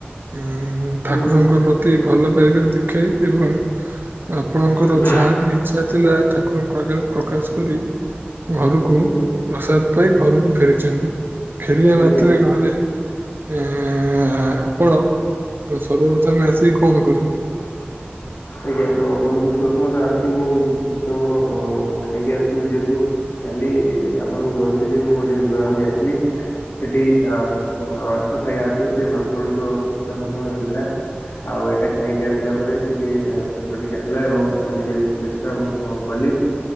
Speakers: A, on the right; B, on the left.
A: ଉଁ ଠାକୁରଙ୍କ
B: ହୁଁ
A: ପ୍ରତି ଭଲ ପାଇବା ଦେଖାଇ ଏବଂ ଆପଣଙ୍କର
B: ହୁଁ
A: ଯାହାବି ଇଚ୍ଛା ଥିଲା ଠାକୁରଙ୍କ ଆଗରେ ପ୍ରକାଶ କରି ଘରକୁ
B: ହୁଁ
A: ପ୍ରସାଦ ପାଇ ଘରକୁ ଫେରିଚନ୍ତି, ଫେରିବା ମାତ୍ରେ
B: ଆଜ୍ଞା
A: ଘରେ ଏଁ ଆପଣ ସର୍ବପ୍ରଥମେ ଆସି କଣ କରିଲେ?
B: ଆଜ୍ଞା ବନ୍ଧୁ ପ୍ରଥମେ ତ ଆସି ମୁଁ କିଛି ସମୟ ଖାଇକି ଆସିଥିଲି ଯେହେତୁ କାଲି ଆପଣଙ୍କୁ କହିଥିଲି ମୁଁ ଗୋଟେ ବିବାଘର କୁ ଯାଇଥିଲି। ସେଠି ଆ ମାଂସ ଖାଇବା ହେତୁ ସେ ମାଂସ ଗୁଡିକ ଠିକ୍ ସେ ହଜମ ହେଇନଥିଲା। ଆଉ ଏଇଟା ଖାଇଦେଇ ଆସିଲା ପରେ ଟି କେ ପେଟଟି କାଟିଲା ଏବଂ ମୁଁ ଟିକେ ବିଶ୍ରାମ କଲି।